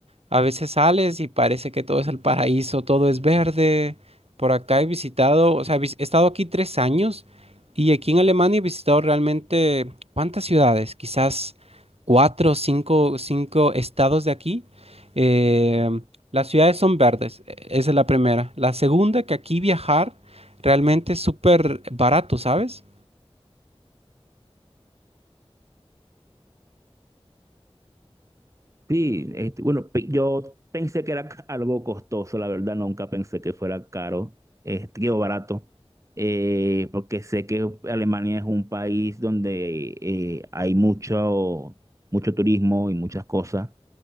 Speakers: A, on the right (about 70°); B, on the right (about 30°).
A: A veces sales y parece que todo es el paraíso, todo es verde. Por acá he visitado, o sea, vis- he estado aquí tres años y aquí en Alemania he visitado realmente, ¿cuántas ciudades? Quizás cuatro, cinco, cinco estados de aquí. Eh, las ciudades son verdes, e- esa es la primera. La segunda, que aquí viajar realmente es súper barato, ¿sabes?
B: Sí, este, bueno, pe- yo pensé que era ca- algo costoso, la verdad, nunca pensé que fuera caro, este, digo, barato, eh, porque sé que Alemania es un país donde eh, hay mucho, mucho turismo y muchas cosas,